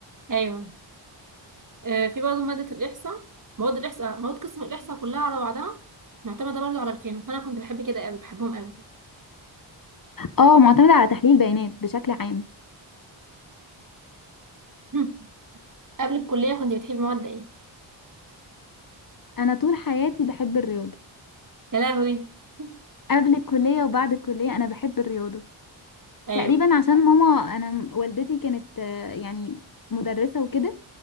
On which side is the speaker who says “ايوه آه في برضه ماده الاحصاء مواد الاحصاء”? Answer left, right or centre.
Right